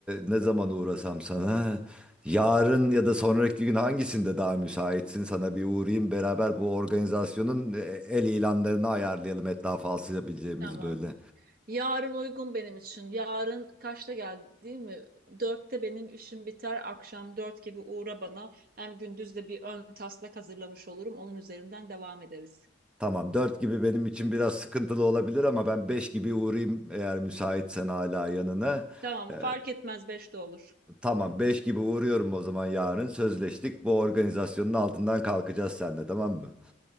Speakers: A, in the centre; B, on the right.
A: ne zaman uğrasam sana yarın ya da sonraki gün hangisinde daha müsaitsin sana bir uğrayayım beraber bu organizasyonun e, el ilanlarını ayarlayalım etrafa alsayabileceğimiz
B: Tamam.
A: böyle.
B: Yarın uygun benim için. Yarın kaçta geldi değil mi? Dörtte benim işim biter. Akşam dört gibi uğra bana. Hem gündüz de bir ön taslak hazırlamış olurum. Onun üzerinden devam ederiz.
A: Tamam dört gibi benim için biraz sıkıntılı olabilir ama ben 5 gibi uğrayayım eğer müsaitsen hala yanına.
B: Tamam,
A: E,
B: fark etmez beşte olur.
A: tamam 5 gibi uğruyorum o zaman yarın sözleştik bu organizasyonun altından kalkacağız seninle tamam mı?